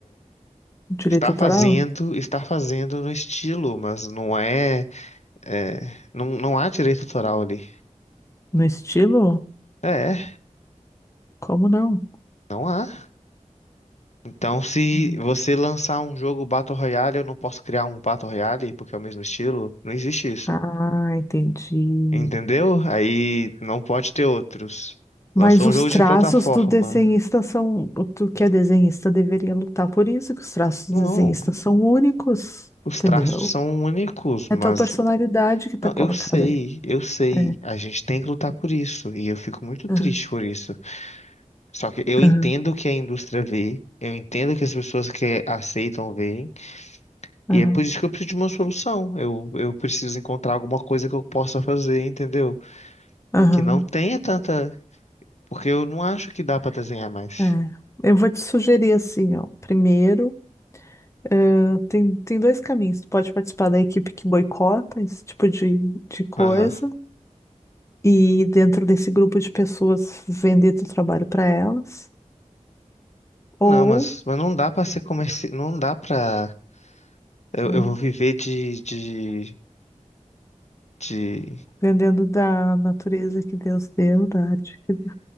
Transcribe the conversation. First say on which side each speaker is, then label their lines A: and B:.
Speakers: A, on the left (about 20°); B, on the left (about 60°).
A: Direito
B: estar
A: autoral?
B: fazendo, estar fazendo no estilo, mas não é, é, não, não há direito autoral ali.
A: No estilo?
B: É,
A: Como não?
B: não há. Então, se
A: Hum.
B: você lançar um jogo Battle Royale, eu não posso criar um Battle Royale porque é o mesmo estilo. Não existe isso.
A: Ah, entendi.
B: Entendeu? Aí não pode ter outros. Lançou
A: Mas os
B: um jogo
A: traços
B: de plataforma.
A: do desenhista são. o Tu que é desenhista deveria lutar por isso, que os traços do
B: Não,
A: desenhista são únicos,
B: os
A: entendeu?
B: traços são únicos, mas.
A: É a tua personalidade que tá
B: Não,
A: colocada
B: eu sei,
A: ali.
B: eu sei.
A: É.
B: A gente tem que lutar por isso. E eu fico muito triste
A: Aham,
B: por isso. Só que eu entendo
A: aham,
B: o que a indústria vê, eu entendo que as pessoas que aceitam veem,
A: aham,
B: e é por isso que eu preciso de uma solução. Eu, eu preciso encontrar alguma coisa que eu possa fazer, entendeu?
A: aham.
B: Que não tenha tanta. Porque eu não acho que dá pra desenhar mais.
A: É. Eu vou te sugerir assim, ó. Primeiro, eh, tem, tem dois caminhos. Tu pode participar da equipe que boicota esse tipo de, de coisa.
B: Aham.
A: e dentro desse grupo de pessoas vender teu trabalho para elas, ou
B: Não, mas, mas não dá pra ser comerci... não dá pra... Eu,
A: hum,
B: eu vou viver de, de, de,
A: vendendo da natureza que Deus deu, da arte que